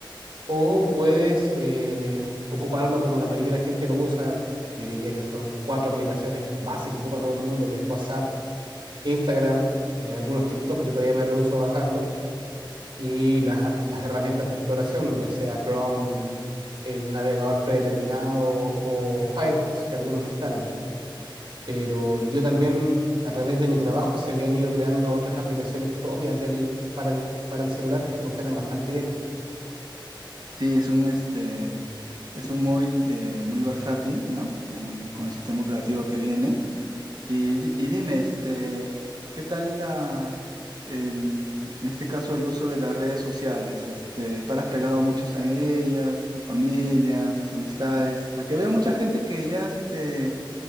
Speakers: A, on the right; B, on the right.
A: o puedes eh, ocuparlo como la mayoría de la gente lo usa, yo te diría que son cuatro aplicaciones básicas que ocupa todo el mundo, que es WhatsApp, Instagram, eh, algunos TikTok, yo todavía me rehúso a bajarlo, y las, las herramientas de exploración, ya sea Chrome, el navegador predeterminado o Firefox que algunos instalan. Pero yo también, a través de mi trabajo, se le han ido creando otras aplicaciones propias del, para el, para el celular que funcionan bastante bien.
B: Sí, es un este, es un móvil eh, muy versátil, ¿no? Con, con el sistema operativo que viene. Y, di- y dime, este, ¿qué tal la, el, en este caso el uso de las redes sociales? Este, ¿para ¿has pegado muchos a ellas, tu familia, tus amistades? Porque veo mucha gente que ya este,